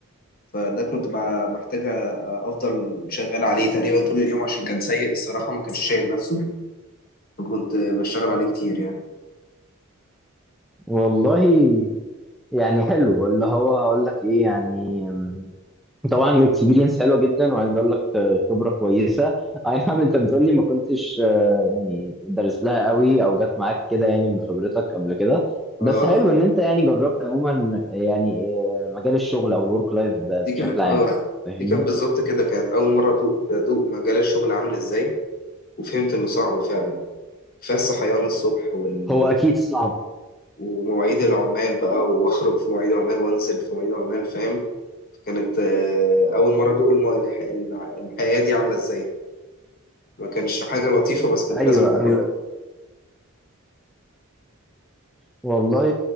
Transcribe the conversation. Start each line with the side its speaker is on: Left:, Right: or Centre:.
Left: فده كنت بع- محتاج افضل شغال عليه تقريبا طول اليوم عشان كان سيء الصراحه ما كانش شايل نفسه فكنت بشتغل عليه كتير يعني
Centre: والله يعني حلو اللي هو هقول لك إيه يعني طبعا اكسبيرينس حلوه جدا وعايز اقول لك آه، خبره كويسه <laughs> اي نعم انت بتقول لي ما كنتش آه، يعني دارس لها قوي او جت معاك كده يعني من خبرتك قبل كده
Left: اه
Centre: بس حلو ان انت يعني جربت عموما آه، يعني آه، مجال الشغل او الورك لايف
Left: دي
Centre: بشكل
Left: كانت
Centre: عام
Left: اه
Centre: فاهمني
Left: دي كانت بالظبط كده كانت اول مره ادوق ادوق مجال الشغل عامل ازاي وفهمت انه صعب فعلا كفايه الصحيان الصبح وال...
Centre: هو
Left: وال-
Centre: اكيد صعب
Left: ومواعيد العمال بقى واخرج في مواعيد عمال وانزل في مواعيد عمال فاهم كانت آه، اول مره ادوق الم... الح... الح- الحياه دي عامله ازاي ما كانش حاجه لطيفه بس كنت
Centre: ايوه
Left: لازم اجربها
Centre: ايوه والله